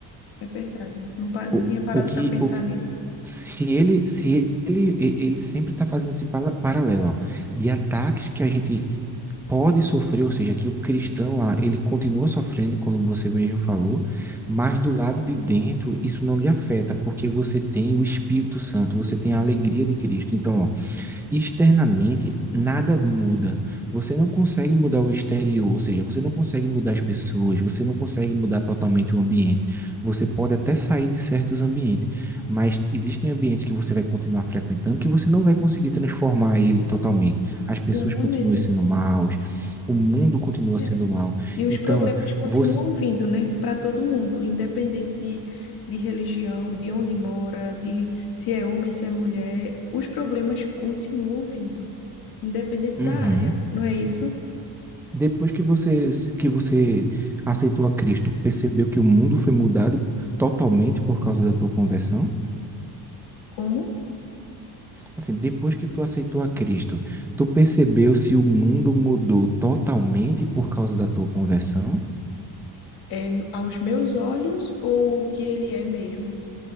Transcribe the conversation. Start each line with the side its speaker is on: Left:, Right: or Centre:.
Left: É verdade. Não, pa- não
Centre: O,
Left: tinha parado
Centre: o que,
Left: para pensar
Centre: o,
Left: nisso.
Centre: se ele, se ele, e- ele sempre tá fazendo esse pala- paralelo, ó, de ataques que a gente pode sofrer, ou seja, que o cristão lá, ele continua sofrendo, como você mesmo falou, mas do lado de dentro isso não lhe afeta, porque você tem o Espírito Santo, você tem a alegria de Cristo. Então, ó, externamente nada muda. Você não consegue mudar o exterior, ou seja, você não consegue mudar as pessoas, você não consegue mudar totalmente o ambiente. Você pode até sair de certos ambientes, mas existem ambientes que você vai continuar frequentando que você não vai conseguir transformar ele totalmente. As pessoas
Left: Exatamente.
Centre: continuam sendo maus, o mundo continua
Left: É.
Centre: sendo mau.
Left: E os
Centre: Então,
Left: problemas continuam
Centre: você
Left: vindo, né, para todo mundo, independente de, de religião, de onde mora, de se é homem, se é mulher, os problemas continuam vindo, independente
Centre: Uhum.
Left: da área, não é isso?
Centre: Depois que você que você aceitou a Cristo, percebeu que o mundo foi mudado totalmente por causa da tua conversão?
Left: Como
Centre: Assim, depois que tu aceitou a Cristo, tu percebeu se o mundo mudou totalmente por causa da tua conversão?
Left: é no- aos meus olhos ou o que ele é mesmo?